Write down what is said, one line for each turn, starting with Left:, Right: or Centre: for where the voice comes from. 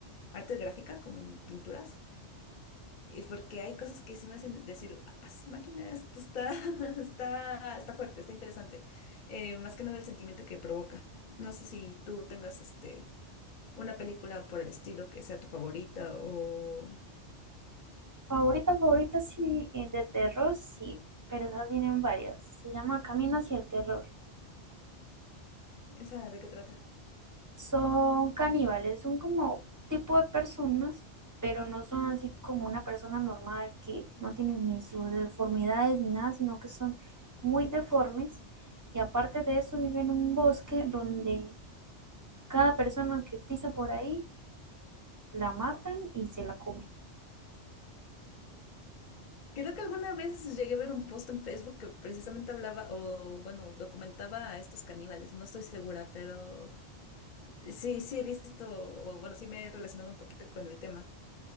Left: arte gráfica, como en pinturas, eh, porque hay cosas que sí me hacen decir, ah, su máquina, esto está, <laughs> está, está fuerte, está interesante, Eh, más que nada el sentimiento que provoca. No sé si tú tengas este, una película por el estilo que sea tu favorita o
Right: Favorita, favorita, sí, eh, de terror, sí, pero esas vienen varias. Se llama Camino hacia el terror.
Left: esa, ¿de qué trata?
Right: Son caníbales, son como tipo de personas, pero no son así como una persona normal que no tiene ni sus deformidades ni nada, sino que son muy deformes. Y aparte de eso, viven en un bosque donde Cada persona que pisa por ahí la matan y se la comen.
Left: Creo que alguna vez llegué a ver un post en Facebook que precisamente hablaba o, bueno, documentaba a estos caníbales. No estoy segura, pero sí, sí he visto, o bueno, sí me he relacionado un poquito con el tema.